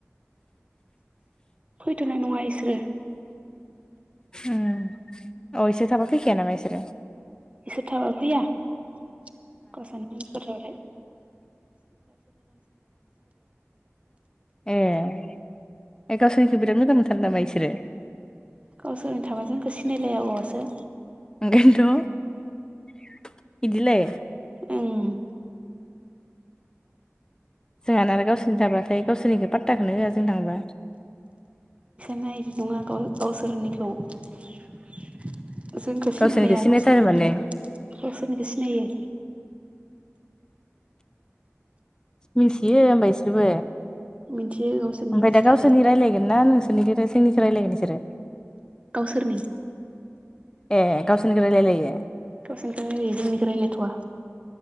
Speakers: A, on the right; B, on the left.
A: फैथ'नाय नङा इसोरो
B: उम अ इसोर थाबा फैखाया नामा इसोरो?
A: इसेथाबा फैया <unintelligible> मोजां मोनसोगारो।
B: ए गावसोरनिखौ बिराद मोजां मोनथारो नामा इसोरो?
A: गावसोरनो थाबा जोंखौ सिनायलाया आबावसो।
B: ओंखायनोथ' इदिलाय
A: ओं
B: जोंहाना आरो गावसोरनि थांबाथाय गावसोरनिखौ पात्ताखौनो होआ जों थांबा।
A: नाय बिदुङा गाव- गावसोरनिखौ जोंखौ सिनायलाया
B: गावसोरनिखौ सिनायथारो
A: गावसोरनि फैबाथाय
B: माने
A: गावसोरनिखौ सिनायो।
B: मिन्थियो होमबा बिसोरबो?
A: मिथियो गावसोरनिखौ
B: ओमफ्राय
A: मिथिथारो
B: दा गावसोरनि रायलायगोन ना नोंसोरनि जोंनिसो रायल्लायगोन बिसोर?
A: गावसोरनि।
B: ए गावसोरनि रायलायलायो?
A: गावसोरनिखौल रायलाययो जोंनिखौ रायलाय थवा।